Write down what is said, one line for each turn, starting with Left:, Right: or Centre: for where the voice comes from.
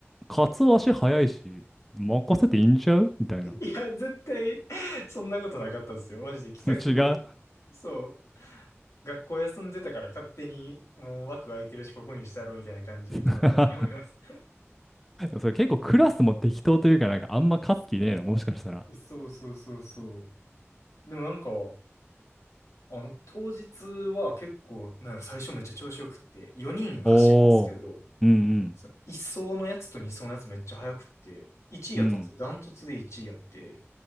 Centre: カツオ足早いし、任せていいんちゃうみたいな。
Left: いや、絶対、そんなことなかったんですよ。マジで帰宅部で。
Centre: <laughs> 違う。
Left: そう。学校休んでたから勝手に、もう枠空いてるし、ここにしたろ、みたいな感じで決まったんやと思います。
Centre: <laughs> それ結構クラスも適当というか、なんかあんま勝つ気ねえな、もしかしたら。
Left: <laughs> そうそうそうそう。でもなんか、あの、当日は結構、なんやろ、最初めっちゃ調子よくって、4人走るんですけど、
Centre: おー。うんうん。
Left: その1走のやつと2走のやつめっちゃ速くって、1位やったんですよ。
Centre: うん。
Left: ダントツで1位やって。